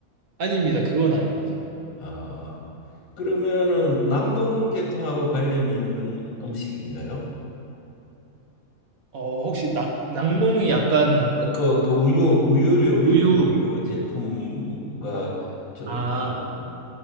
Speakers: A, on the right; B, on the left.
A: 아닙니다. 그건 아닙니다.
B: 아, 그러면은 낙농계통하고 관련이 있는 음식인가요?
A: 어 혹시 낙 낙농이 약간
B: 그, 그 우유, 우유류, 밀크류
A: 우유
B: 제품과 좀,
A: 아
B: 예.